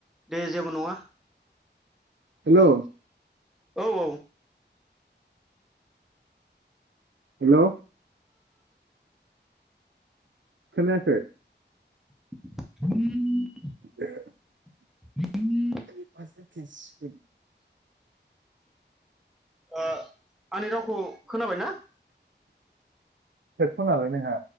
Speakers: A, in the centre; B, on the right (about 80°).
A: दे जेबो नङा।
B: हेलौ।
A: औ औ।
B: हेलौ। खोनायाखै?
A: <inaudible>
B: <inaudible>
A: <inaudible>
B: <unintelligible>
A: ओ आंनि रावखौ खोनाबाय ना?
B: हेदफनालाय नोंहा?